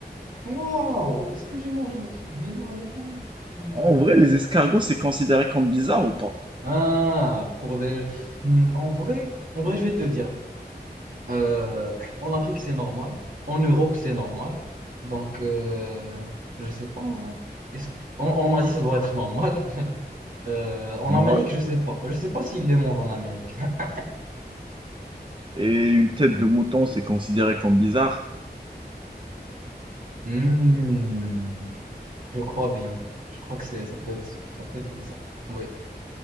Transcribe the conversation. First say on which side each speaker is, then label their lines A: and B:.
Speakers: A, on the right (about 50°); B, on the right (about 30°).
A: wow, est-ce que j'ai mangé des trucs bizarres déjà? Hmm.
B: En vrai, les escargots, c'est considéré comme bizarre ou pas?
A: Ah, pour des... Hmm, En vrai, en vrai, je vais te dire. Euh, en Afrique, c'est normal. En Europe, c'est normal. Donc, euh, je sais pas. en vrai. Est-ce que- en, en Asie, ça doit être normal. <laughs> Euh, en
B: Ouais.
A: Amérique, je sais pas. Je sais pas s'ils les mangent en Amérique. <laughs>
B: Et une tête de mouton, c'est considéré comme bizarre.
A: Hmm, je crois bien. Je crois que c'est, ça peut être, ça peut être bizarre. Oui,